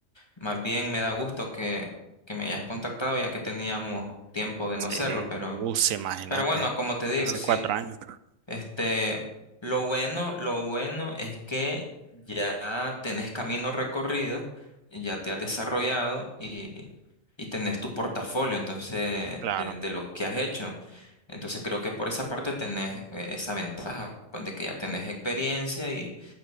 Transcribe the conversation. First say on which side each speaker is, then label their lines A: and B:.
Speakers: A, on the left (about 20°); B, on the right (about 80°).
A: más bien me da gusto que, que me hayas contactado ya que teníamos tiempo de
B: sí.
A: no hacerlo, pero,
B: Uh, sí, imagínate.
A: pero bueno, como te digo,
B: Hace
A: sí.
B: cuatro años.
A: Este, lo bueno, lo bueno es que ya tenés camino recorrido, y ya te has desarrollado y, y tenés tu portafolio, entonces,
B: Claro.
A: de, de lo que has hecho. Entonces creo que por esa parte tenés eh, esa ventaja, pues, de que ya tenés experiencia y,